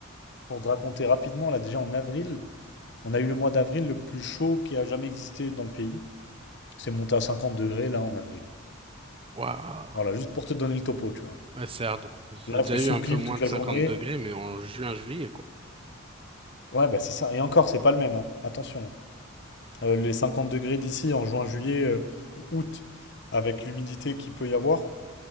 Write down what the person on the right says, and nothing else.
Waouh.
Ouais, c'est hard. J'ai
déjà
eu un
peu moins
de
50
degrés, mais en juin, juillet, quoi.